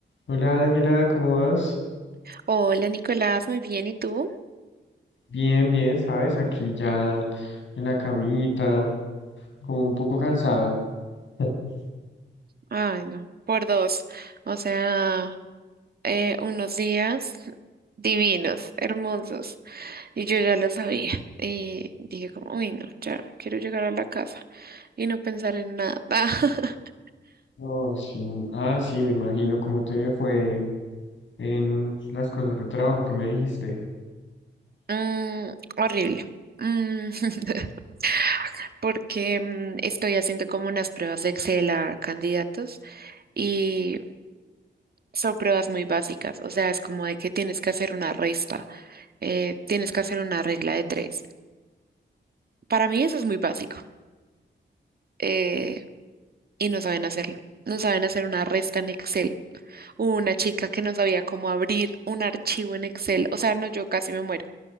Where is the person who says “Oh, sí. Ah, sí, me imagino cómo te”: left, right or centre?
Left